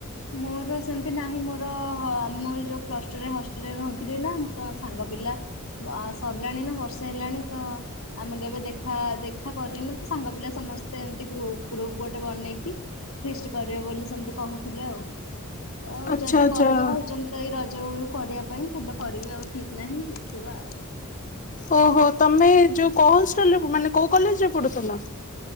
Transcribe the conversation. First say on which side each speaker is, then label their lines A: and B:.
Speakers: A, on the left; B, on the left.
A: ମୋର ସେମତି ନାହିଁ ମୋର ଆମର ଯୋଉ ପ୍ଲସ୍ ଟୁରେ ହଷ୍ଟେଲରେ ରହୁଥିଲି ନାଁ ତ ସାଙ୍ଗ ପିଲା ଆ ସରିଲାଣି ନା ବର୍ଷେ ହେଲାଣି। ତ ଆମେ କେବେ ଦେଖା, ଦେଖା କରିନୁ ତ ସାଙ୍ଗ ପିଲା ସମସ୍ତେ ଏମତି ଗ୍ରୁପ ଗ୍ରୁପ୍ ଗୋଟେ ବନେଇକି ଫିଷ୍ଟ କରିବେ ବୋଲି ସେମତି କହୁଥିଲେ ଆଉ। ଆଉ
B: ଆଚ୍ଛା
A: ଯଦି
B: ଆଚ୍ଛା।
A: କରିବେ କହୁଛନ୍ତି। ତ ଏଇ ରଜ ବେଳକୁ କରିବା ପାଇଁ କେବେ କରିବେ ଆଉ ଠିକ ନାହିଁ ଦେଖିବା ଆଉ।
B: ଓହୋ ତମେ ଯୋଉ କୋଉ ସ୍କୁଲରେ ମାନେ କୋଉ କଲେଜରେ ପଢୁଥିଲ?